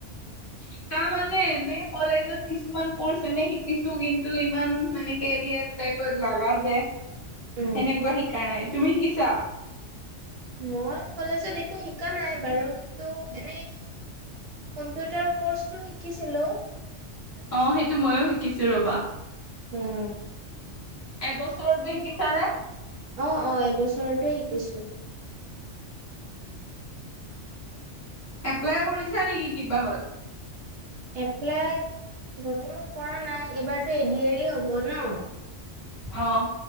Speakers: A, on the left; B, on the right.
A: শিকা মানে এনে কলেজত কিছুমান ক'ৰ্চ এনে শিকিছো কিন্তু ইমান মানে কেৰিয়াৰ <unintelligible> লগা যে
B: উম।
A: সেনেকুৱা শিকাই, তুমি শিকিছা?
B: মই কলেজত একো শিকা নাই বাৰু কিন্তু এনেই কম্পিউটাৰ ক'ৰ্চটো শিকিছিলোঁ।
A: অ', সেইটো ময়ো শিকিছো ৰ'বা।
B: উম,
A: এবছৰতে শিকিছানে?
B: অ', অ', এবছৰতো শিকিছো।
A: এপ্লাই কৰিছা নেকি, কিবা হত।
B: এপ্লাই বৰ্তমান কৰা নাই, এইবাৰতো এদি আৰ ৰি হ'ব ন।
A: অ',